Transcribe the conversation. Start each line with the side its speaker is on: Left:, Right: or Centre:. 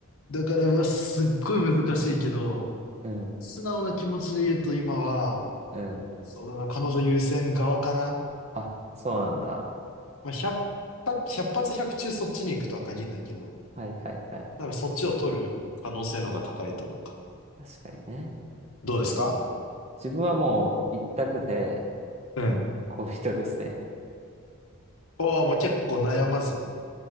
Left: だから、うわ、すっごい難しいけど、
Right: うん。
Left: 素直な気持ちで言うと今は、
Right: うん。
Left: そうだな、彼女優先側かな。
Right: あ、そうなんだ。
Left: まあ、100、ひゃっ発100中そっちに行くとは限らないけど、
Right: はいはいはい。
Left: 多分そっちを取る可能性の方が高いと思うか。
Right: 確かにね。
Left: どうですか
Right: 自分はもう一択で
Left: うん。
Right: 恋人ですね。
Left: おー、もう結構悩まず。